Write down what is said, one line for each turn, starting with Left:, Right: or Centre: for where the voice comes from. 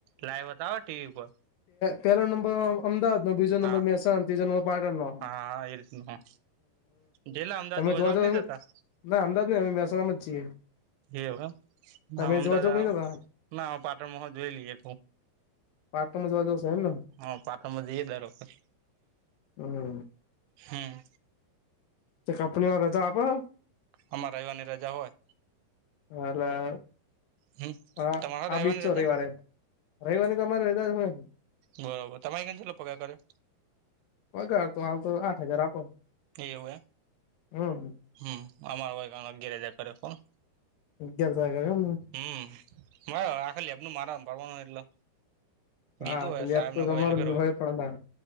Right: લાઈવ વતાવે ટીવી પર.
Left: પેલો નંબર અમદાવાદ નો બીજો નંબર
Right: હા
Left: મેહેસા. બીજો નંબર પાટણનો
Right: હા એ રીતનું હા જેટલા અમદાવાદ
Left: તમે જોવા
Right: જવ
Left: જવાને.
Right: નહી જતા
Left: ના અમદાવાદ ને અમે મેશાળા માં છીએ.
Right: એવું
Left: તમે
Right: હ અમદાવાદ
Left: જોવા જાવ
Right: આયો
Left: નહી જતા
Right: ના પાટણમાં હો જોઈ લઈએ.
Left: પાટણ માં જોવા જવું સે એમ ને.
Right: હા પાટણમા જઈએ દર વખત
Left: હમ
Right: હમ્મ.
Left: તે કંપની વારા રજા આપે હ.
Right: અમાર રવિવારની રજા હોય.
Left: હલા.
Right: હમ
Left: હા
Right: તમારે
Left: આ
Right: રવિવારની
Left: બી છો
Right: રજા
Left: રવિવારે હે રવિવારની તમારી રજા જ હોય.
Right: બરોબર તમારે કને કેટલો પગાર કર્યો.
Left: પગાર તો આવતો આઠ હજાર આપો.
Right: એવું એમ
Left: હમ
Right: હમ્મ અમાર ઓયકણ અગિયાર હજાર કર્યો કોન.
Left: જલસા કર્યો માં.
Right: હમ્મ મારે આખા લેબનુ માર હભાળવાનુ એટલે. કીધું
Left: હા
Right: હોય
Left: લેબ
Right: સાહેબ નો
Left: તમારે
Right: હેલ કરો
Left: હંભાળવી પડેન તાણ